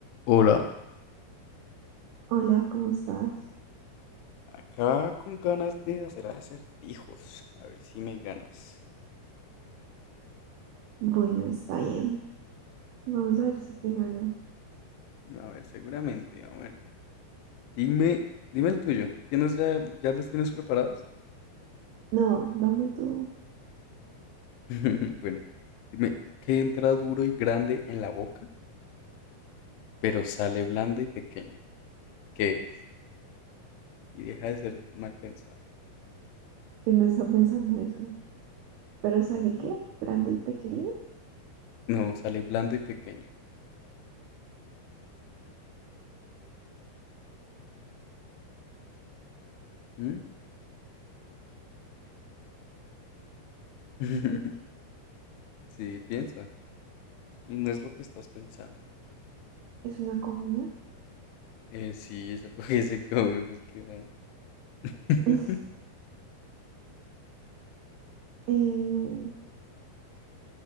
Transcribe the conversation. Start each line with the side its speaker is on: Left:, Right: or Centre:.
Left: Hola,
Right: Hola, ¿cómo estás?
Left: Acá con ganas de hacer acertijos. A ver si me ganas.
Right: Bueno, está bien. Vamos a ver si te gano.
Left: A ver, seguramente. A ver. Dime, dime el tuyo. ¿Tienes ya, ya los tienes preparados?
Right: No, dame tú.
Left: <laughs> Bueno, dime, ¿qué entra duro y grande en la boca, pero sale blando y pequeño? ¿Qué es? Y deja de ser mal pensada.
Right: Yo no estaba pensando eso. ¿Pero sale
Left: ¿Mm?
Right: qué? ¿Grande y pequeño?
Left: No, sale blando y pequeño. ¿Mm? <laughs>
Right: Y pequeño.
Left: Sí, piensa. Y no es lo que estás pensando.
Right: ¿Es una comida?
Left: Eh, sí, es algo <laughs> que se come, pues qué mal. <laughs>
Right: <laughs> Eh,